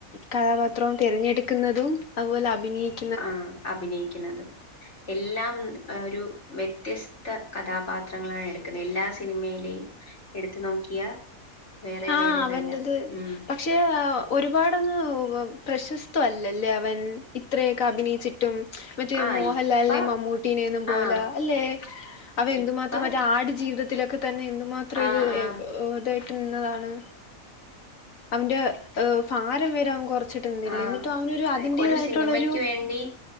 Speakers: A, on the left; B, on the left.
A: കഥാപാത്രം തിരഞ്ഞെടുക്കുന്നതും അതുപോലെ അഭിനയിക്കു
B: ആഹ് അഭിനയിക്കുന്നതും എല്ലാം ഒരു വ്യത്യസ്ത കഥാപാത്രങ്ങളാണ് എടുക്കുന്നത് എല്ലാ സിനിമയിലെയും എടുത്തു നോക്കിയാ വേറെ
A: ആഹ്
B: വേറെ
A: അവന്റത്
B: തന്ന ഉം.
A: പക്ഷെ ഒരുപാടങ്ങ് പ്രശസ്ത അല്ലല്ലേ അവൻ ഇത്രയൊക്കെ അഭിനയിച്ചിട്ട് റ്റും മറ്റേ
B: ആഹ്
A: മോഹൻലാലിനെയും
B: ഇപ്പ
A: മമ്മൂട്ടീനെയൊന്നും പോലെ
B: ആഹ്
A: അല്ലെ അവ എന്തുമാത്രം
B: ഇപ്പ
A: മറ്റെ ആട് ജീവിതത്തിലൊക്കെ തന്നെ എന്തുമാത്രം
B: ആഹ്
A: ഇത് <unintelligible>
B: ആഹ്
A: അതാണ് അവന്റെ ഭാരം വരെ അവൻ കൊറ ച്ചിട്ടിനിന്നില്ലേ
B: ആഹ്
A: എന്നിട്ട് അവനൊരു അതിന്റേതായിട്ടുള്ളൊരു
B: ഒരു സിനിമയ്ക്ക് വേണ്ടി